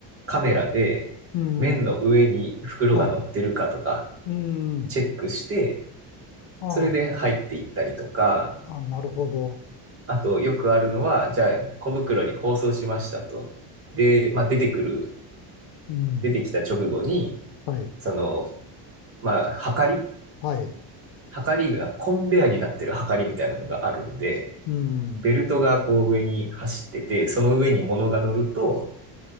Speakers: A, on the right (about 30°); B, on the left (about 65°).
A: カメラで麺の上に袋が乗ってるかとか
B: うん。うんあ、うん。
A: チェックして、
B: あ、
A: それで入っていったりとか、
B: あ、なるほど。
A: あとよくあるのは、じゃあ小袋に包装しましたと。で、まあ出てくる、
B: うん。
A: 出てきた直後に、
B: はい。
A: その、まあ、はかり
B: はい。
A: はかりが、コンベアになってるはかりみたいなのがあるんで、
B: うん。
A: ベルトがこう上に走ってて、その上に物が乗ると、